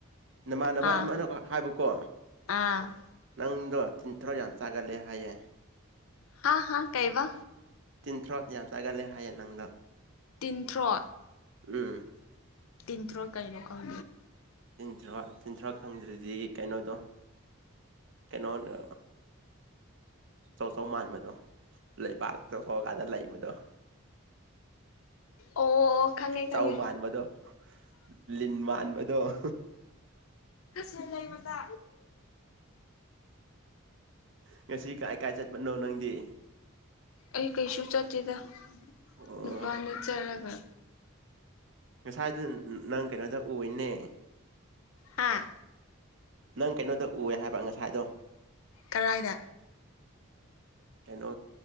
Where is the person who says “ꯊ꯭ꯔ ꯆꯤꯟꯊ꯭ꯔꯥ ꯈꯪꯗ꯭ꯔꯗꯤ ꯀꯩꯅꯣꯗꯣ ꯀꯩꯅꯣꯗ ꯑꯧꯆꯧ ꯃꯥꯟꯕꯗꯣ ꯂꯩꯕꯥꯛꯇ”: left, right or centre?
Right